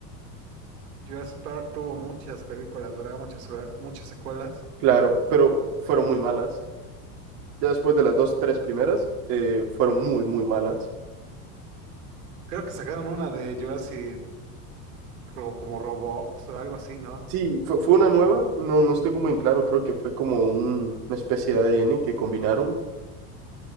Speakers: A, on the right (about 85°); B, on the right (about 60°).
A: Jurassic Park tuvo muchas películas, ¿verdad? Muchas, sura- muchas secuelas.
B: claro, pero fueron muy malas. Ya después de las dos, tres primeras, eh, fueron muy, muy malas.
A: Creo que sacaron una de Jurassic ro- como Robot o algo así, ¿no?
B: Sí, fue, fue una nueva, no, no tengo muy en claro, creo que fue como un- una especie de ADN que combinaron